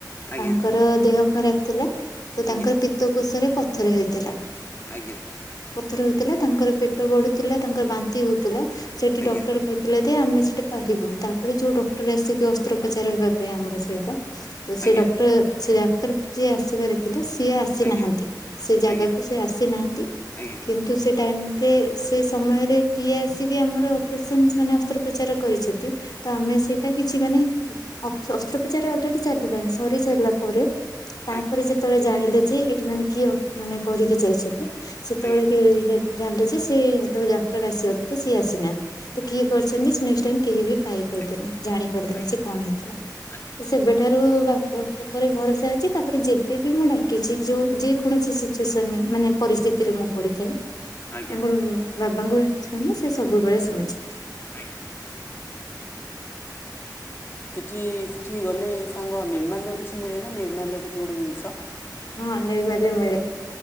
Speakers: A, on the left; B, on the left.
A: ଆଜ୍ଞା
B: ତାଙ୍କର ତ ଦେହ ଖରାପ୍ ଥିଲା ତ
A: ଆଜ୍ଞା
B: ତାଙ୍କର ପିତକୋଷରେ ପଥର ହେଇଥିଲା।
A: ଆଜ୍ଞା।
B: ପଥର ହେଇଥିଲା ତାଙ୍କର ପେଟ ବଢୁଥିଲା ତାଙ୍କର ବାନ୍ତି ହଉଥିଲା ସେଠି
A: ଆଜ୍ଞା
B: ଡକ୍ଟର କହିଥିଲେ ଦେ ଆମେ ସେଠା ପାରିବୁନି ତାପରେ ଯୋଉ ଡକ୍ଟର ଆସିକି ଅସ୍ତ୍ରୋପଚାର ହେବା ପାଇଁ ଆମର ସେଟା। ତ ସେ
A: ଆଜ୍ଞା
B: ଡକ୍ଟର ସେ ଡାକ୍ତର ଯିଏ ଆସିବାର ଥିଲେ ସିଏ ଆ ସେନାହାନ୍ତି
A: ଆଜ୍ଞା
B: ସେ ଜାଗାକୁ
A: ଆଜ୍ଞା
B: ସେ ଆସିନାହାଁନ୍ତି
A: ଆଜ୍ଞା ଆଜ୍ଞା
B: କି ତ ସେ ଟାଇମ୍ ରେ ସେ ସମୟରେ କିଏ ଆସିକି ଆମର ଅପରେସନ୍ ମାନେ ଅସ୍ତ୍ରୋପଚାର କରିଛନ୍ତି ତ ଆମେ ସେଟା କିଛି ମାନେ ଅ ଅସ୍ତ୍ରୋପଚାର ଅଲେଡି ଚାଲିଲାଣି ସରିସାରିଲା ପରେ ତାପରେ
A: ଆଜ୍ଞା
B: ଯେ ଯେତେବେଳେ ଜାଣିଲେ ଯେ ଏଠି ମାନେ କିଏ ଅ ମାନେ କରିକି ଯାଇଛନ୍ତି ସେତେବେଳେ
A: ଆଜ୍ଞା
B: <unintelligible> ଜାଣିଲେ ଯେ ସେ ଯୋଉ ଡାକ୍ତର ଆସିବା କଥା ସିଏ ଆସିନାହାନ୍ତି ତ କିଏ କରିଛନ୍ତି ନେଷ୍ଟ ଟାଇମ୍ କେହି ବି ଖାଇ ପାଇଲେନି
A: ଆଜ୍ଞା ଆଜ୍ଞା
B: ଜାଣି ପାରିଲେନି
A: ଆଜ୍ଞା
B: ସେ କଣ ହେଇଥିଲା
A: ଆଚ୍ଛା
B: ସେବେ ସେଠାରୁ ବାବା ଉପରେ ଭରସା ଅଛି ତାପରେ ଯେବେ ବି ମୁଁ ଡାକିଛି ଯେଉଁ ଯେକୌଣସି ସିଚୁଏସନରେ ମାନେ ପରିସ୍ଥିତିରେ ମୁଁ ପଡିଥାଏ ତାଙ୍କୁ
A: ଆଜ୍ଞା
B: ବାବାଙ୍କୁ ଇଚ୍ଛା ନାଁ ସେ ସବୁବେଳେ ଶୁଣିଛନ୍ତି।
A: ଆଜ୍ଞା। ସେଠି ସେଠି ଗଲେ ସାଙ୍ଗ ନିର୍ମାଲ୍ୟ କିଛି ମିଳେ ନା ନିର୍ମାଲ୍ୟ କିଛି ଗୋଟେ ଜିନିଷ‌।
B: ହଁ ନିର୍ମାଲ୍ୟ ମିଳେ